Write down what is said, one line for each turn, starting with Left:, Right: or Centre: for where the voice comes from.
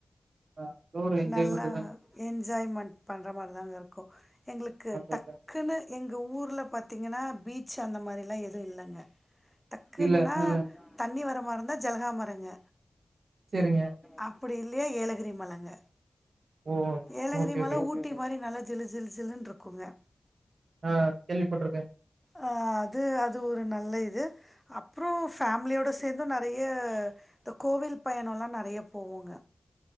Right: ஆ ஏதோ ஒரு என்ஜாய்மென்ட்
Centre: நல்லா
Right: தாங்க.
Centre: என்ஜாய்மெண்ட் பண்ற மாரிதாங்க இருக்கு எங்களுக்கு
Right: அதான்,
Centre: டக்குன்னு
Right: அதான்.
Centre: எங்க ஊர்ல பாத்தீங்கன்னா பீச் அந்த மாரில்லா எதும் இல்லங்க டக்குன்னுன்னா
Right: இல்ல. ஆ
Centre: தண்ணி வர மாரி இருந்தா ஜலகாமரங்க
Right: சேரிங்க
Centre: அப்டி இல்லையா ஏலகிரி மலங்க
Right: ஓ!
Centre: ஏலகிரி
Right: ஓகே,
Centre: மல
Right: ஓகேங்க.
Centre: ஊட்டி மாரி நல்ல ஜிலு ஜிலு ஜிலுனு இருக்குங்க
Right: ஆ கேள்விப்பட்ருக்க
Centre: ஆ அது அது ஒரு நல்ல இது அப்புற ஃபேமிலியோட சேந்து நெறைய இந்த கோவில் பயணல்லா நெறைய போவோங்க